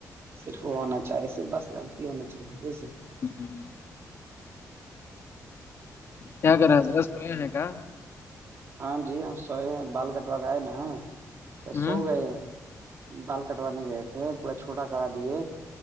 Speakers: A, on the right; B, on the left.
A: صرف وہ ہونا چاہے صرف بس لڑکی ہونا چاہیے بے
B: ہوں کیا کرا تھا رس تو نہیںنے کا
A: ہاں جی ہم سوئے بال کٹوا گئے نا تو
B: ہ
A: سو گئے بال کٹوانے گئے تھے پورا چھوٹا کرا دیے